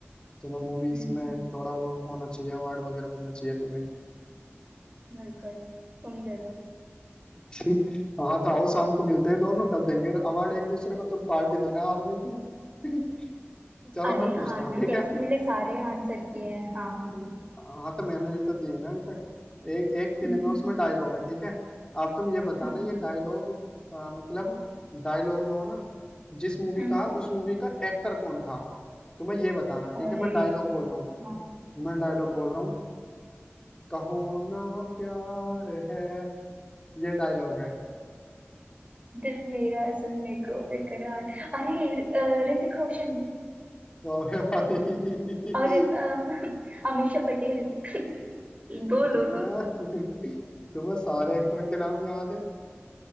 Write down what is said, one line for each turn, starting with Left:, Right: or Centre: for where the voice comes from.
Left: तुम्हें मूवीज
Right: हम्म,
Left: में थोड़ा वो होना चाहिए अवार्ड वगैरह मिलना चाहिए तुम्हें
Right: बिल्कुल तुम दे दो
Left: <laughs> हाँ तो आओ शाम को मिलते हैं दोनों तब देंगे अवार्ड एक दूसरे को तुम पार्टी देना हारने की <laughs> चलो
Right: अरे
Left: मैं पूछता
Right: हारना
Left: हूँ ठीक
Right: कैसे
Left: है
Right: मैंने सारे आंसर किए हैं हाँ बोलो
Left: हाँ तो मैंने भी तो दिए ना अभी तक एक एक फिल्म
Right: हम्म
Left: है उसमें डायलॉग है ठीक है आप तुम ये बताना
Right: हम्म
Left: ये डायलॉग आ, मतलब डायलॉग जो है ना जिस मूवी
Right: हम्म
Left: का उस मूवी का एक्टर कौन था तुम्हें ये बताना ठीक
Right: अरे
Left: है मैं डायलॉग बोल रहा हूँ
Right: हाँ
Left: मैं डायलॉग
Right: ठीक
Left: बोल
Right: है
Left: रहा हूँ कहो ना प्यार है ये डायलॉग है
Right: दिल मेरा सुनने को बेकरार अरे अ, ऋतिक रोशन
Left: तो भाई
Right: और अ,
Left: <laughs>
Right: <laughs> अमीषा पटेल <laughs> बोलो
Left: तुम्हें
Right: तुम
Left: तुम्हें सारे एक्टर के नाम याद है